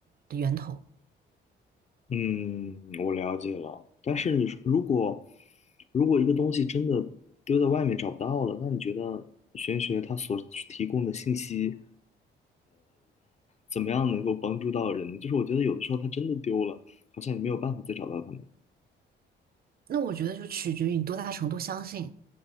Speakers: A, on the right; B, on the left.
A: 的源头。
B: 嗯，我了解了。但是你说如果如果一个东西真的丢在外面找不到了，那你觉得玄学它所提供的信息怎么样能够帮助到人呢就是我觉得有的时候它真的丢了，好像也没有办法再找到它们。
A: 那我觉得就取决于你多大程度相信，